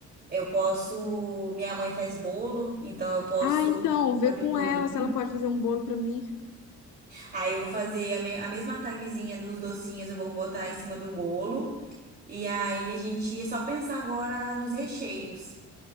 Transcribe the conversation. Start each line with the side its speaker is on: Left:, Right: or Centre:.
Right: Eu posso. Minha mãe faz bolo, então eu posso
Left: Ah, então, vê
Right: fazer
Left: com
Right: um bolinho.
Left: ela se ela pode fazer um bolo pra mim.
Right: Aí eu vou fazer a, me- a mesma tagzinha dos docinhos, eu vou botar em cima do bolo. E aí a gente é só pensar agora nos recheios.